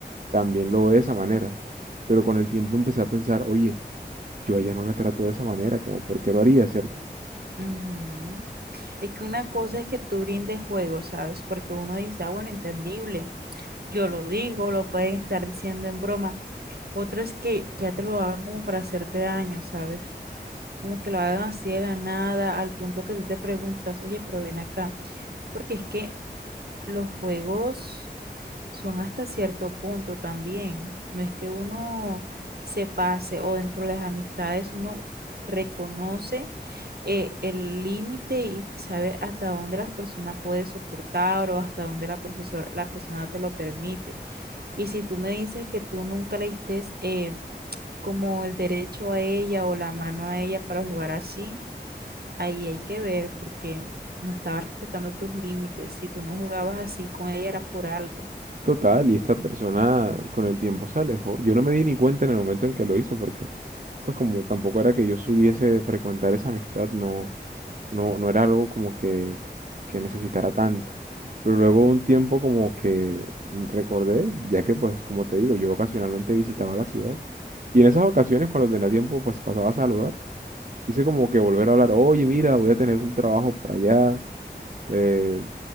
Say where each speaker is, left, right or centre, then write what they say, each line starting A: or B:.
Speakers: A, on the right; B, on the right.
A: también lo ve de esa manera. Pero con el tiempo empecé a pensar, oye, yo a ella no la trato de esa manera, como por qué lo haría, ¿cierto?
B: ujú. Es que una cosa es que tú brindes juego, ¿sabes? Porque uno dice, ah, bueno, entendible, yo lo digo, lo pueden estar diciendo en broma. Otra es que ya te lo hagan como para hacerte daño, ¿sabes? Como que lo hagan así de la nada, al punto que tú te preguntas, oye, pero ven acá, porque es que los juegos... son hasta cierto punto también. No es que uno se pase o dentro de las amistades uno reconoce eh, el límite y sabe hasta dónde la persona puede soportar o hasta dónde la profesor, la persona te lo permite. Y si tú me dices que tú nunca le diste eh, como el derecho a ella o la mano a ella para jugar así, ahí hay que ver porque no estabas respetando tus límites. Si tú no jugabas así con ella era por algo.
A: Total, y esta persona con el tiempo se alejó. Yo no me di ni cuenta en el momento en que lo hizo, porque pues como tampoco era que yo supiese frecuentar esa amistad, no, No, no era algo como que, que necesitara tanto. Pero luego de un tiempo como que recordé, ya que pues como te digo, yo ocasionalmente visitaba la ciudad y en esas ocasiones cuando tenía tiempo pues pasaba a saludar. Quise como que volver a hablar, oye mira, voy a tener un trabajo por allá, eh,